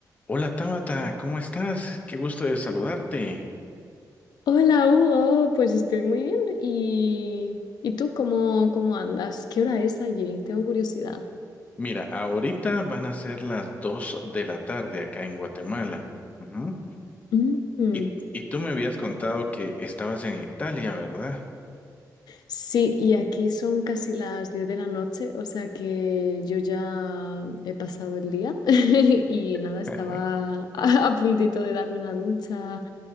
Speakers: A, on the left; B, on the left.
A: Hola Tabata, ¿cómo estás? Qué gusto de saludarte.
B: Hola Hugo, pues estoy muy bien. ¿Y, y tú cómo, cómo andas? ¿Qué hora es allí? Tengo curiosidad.
A: Mira, ahorita van a ser las 2 de la tarde acá en Guatemala. Ujú.
B: Mm,
A: Y, y tú me habías contado que estabas en Italia, ¿verdad?
B: Sí, y aquí son casi las 10 de la noche, o sea que yo ya he pasado el día <laughs> y nada,
A: <laughs>
B: estaba <laughs> a, a puntito de darme una ducha